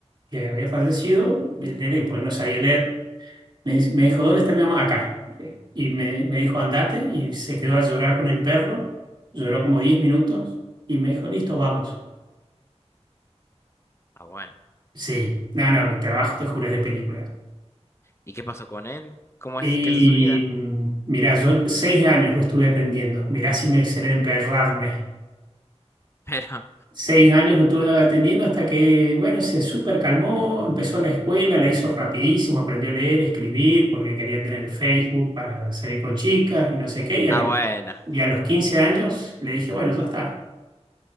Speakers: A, on the right (about 40°); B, on the left (about 25°).
A: que había fallecido, el nene, porque no sabía leer. Me, dice- me dijo, ¿dónde está mi mamá? Acá. eh, Y me, me dijo, andate, y se quedó a llorar con el perro. Lloró como 10 minutos y me dijo, listo, vamos.
B: Ah, bueno.
A: Sí, no, no, mi trabajo, te juro, es de película.
B: ¿Y qué pasó con él? ¿Cómo
A: Y
B: es que es su vida?
A: mm, mira, yo seis años lo estuve atendiendo. Mirá si me seré de emperrarme.
B: <laughs> Pero,
A: Seis años lo estuve atendiendo hasta que, bueno, se súper calmó, empezó la escuela, la hizo rapidísimo, aprendió a leer, escribir, porque quería tener Facebook para salir con chicas y no sé qué. Y a
B: ah,
A: los,
B: bueno.
A: y a los 15 años le dije, bueno, ya está.